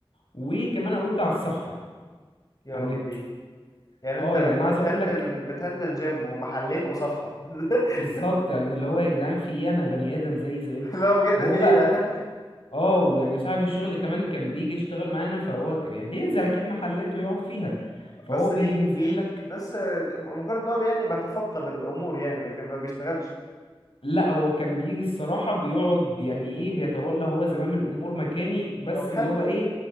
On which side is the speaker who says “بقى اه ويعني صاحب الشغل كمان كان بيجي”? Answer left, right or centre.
Left